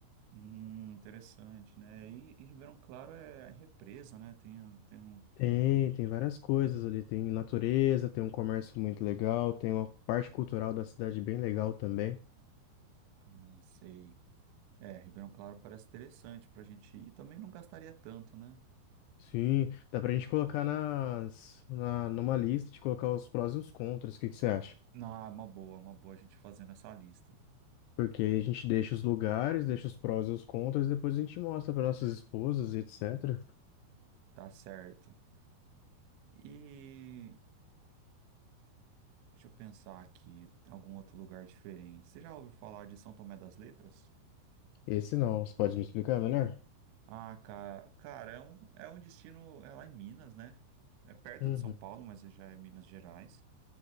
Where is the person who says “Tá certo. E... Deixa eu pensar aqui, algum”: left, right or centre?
Right